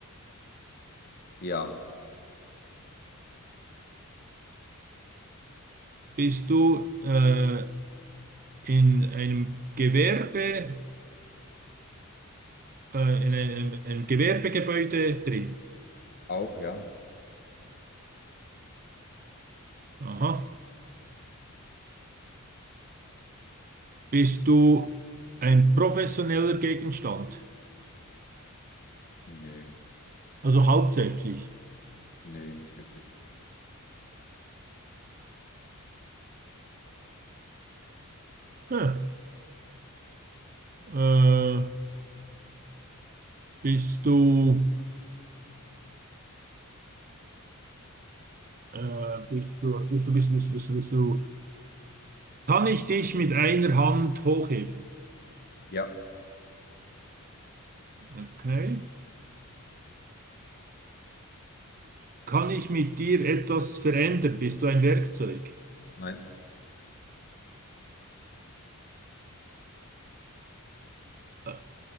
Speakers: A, on the left; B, on the right.
A: Ja,
B: Bist du äh, in einem Gewerbe, äh, in einem, einem Gewerbegebäude drin.
A: auch, ja.
B: Aha. Bist du ein professioneller Gegenstand?
A: Nee,
B: Also hauptsächlich.
A: nee, nicht wirklich.
B: Hm. Äh, bist du, äh, bist du, bist du, bist du, bist du, bist du, bist du. Kann ich dich mit einer Hand hochheben?
A: Ja,
B: Okay. Kann ich mit dir etwas verändern? Bist du ein Werkzeug?
A: nein.
B: Äh,